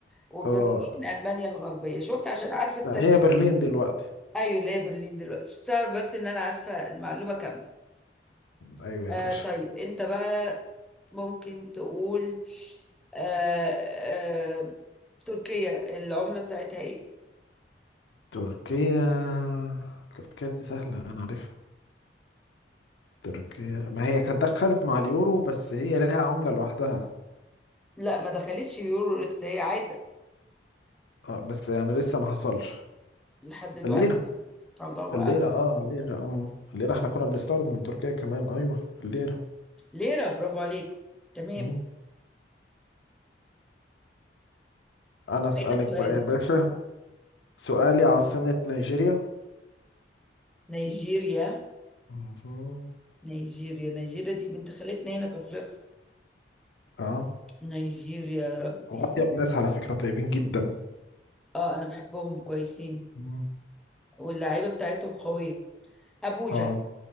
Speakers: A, in the centre; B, on the left.
A: وبرلين
B: اه
A: المانيا الغربيه شفت عشان عارفه التاريخ
B: لا هي برلين دلوقتي
A: ايوه اللي هي برلين دلوقتي شفت بس ان انا عارفه المعلومه كامله
B: ايوه يا
A: آه
B: باشا
A: طيب انت بقى ممكن تقول آه آه تركيا العملة بتاعتها ايه؟
B: تركيا تركيا دي سهلة انا عارفها تركيا ما هي كانت دخلت مع اليورو بس هي ليها عملة لوحدها
A: لا ما دخلتش يورو لسه هي عايزة
B: اه بس يعني لسه ما حصلش
A: لحد دلوقتي
B: الليرة
A: الله
B: الليرة
A: أعلم
B: اه الليرة ام الليرة احنا كنا بنستورد من تركيا كمان ايوه الليرة
A: ليرة برافو عليك تمام
B: مم. انا اسألك
A: هنا سؤالك
B: بقى يا باشا سؤالي عاصمة نيجيريا
A: نيجيريا
B: مهم.
A: نيجيريا نيجيريا دي بنت خالتنا هنا في أفريقيا
B: اه
A: نيجيريا يا ربي
B: وأطيب ناس على فكرة طيبين جدا
A: اه أنا بحبهم كويسين
B: مهم.
A: واللعيبة بتاعتهم قوية أبوجا
B: اه